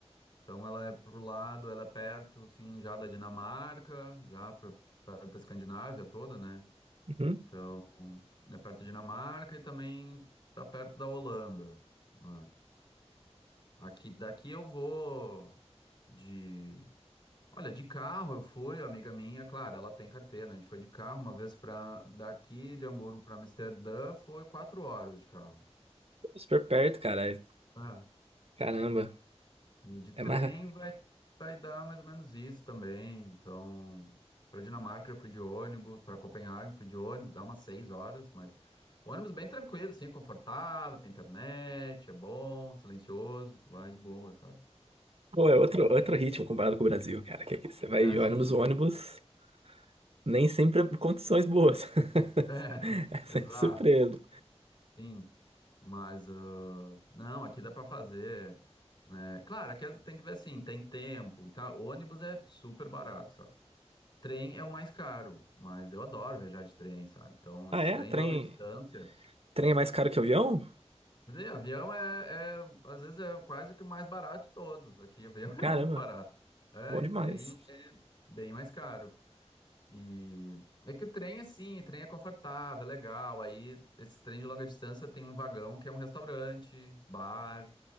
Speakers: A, on the left; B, on the right.
A: então ela é pro lado, ela é perto, assim, já da Dinamarca, já pra, perto da Escandinávia toda, né?
B: Uhum.
A: Então, é perto da Dinamarca e também tá perto da Holanda, né? Aqui daqui eu vou de, olha, de carro eu fui, amiga minha, claro, ela tem carteira, né? A gente foi de carro uma vez para daqui de Hamburgo para Amsterdã, foi quatro horas de carro.
B: Super perto, cara.
A: É.
B: Caramba.
A: E de trem
B: É mais.
A: vai, vai dar mais ou menos isso também. Então, para Dinamarca eu fui de ônibus, para Copenhague fui de ônibus, dá umas seis horas, mas ônibus bem tranquilo, assim, é confortável, tem internet, é bom, silencioso, tu vai de boa, sabe?
B: Pô, é outro, outro ritmo comparado com o Brasil, cara. Que aqui você vai
A: Ah,
B: de
A: sim.
B: ônibus, o ônibus nem sempre é condições boas. <laughs>
A: É, <laughs>
B: É sempre
A: exato.
B: surpresa.
A: Sim. Mas ah, não, aqui dá para fazer, né? Claro, aqui tem que ver assim, tem tempo e tal. Ônibus é super barato, sabe? Trem é o mais caro, mas eu adoro viajar de trem, sabe? Então, esses
B: Ah, é?
A: trens
B: Trem,
A: de longa distância.
B: trem é mais caro que avião?
A: Mas aí, avião é, é, às vezes, é quase que o mais barato de todos. Aqui, avião
B: Caramba,
A: <laughs> é muito barato. É,
B: bom
A: e
B: demais.
A: trem é bem mais caro. E é que o trem, assim, o trem é confortável, é legal. Aí, esse trem de longa distância tem um vagão que é um restaurante, bar,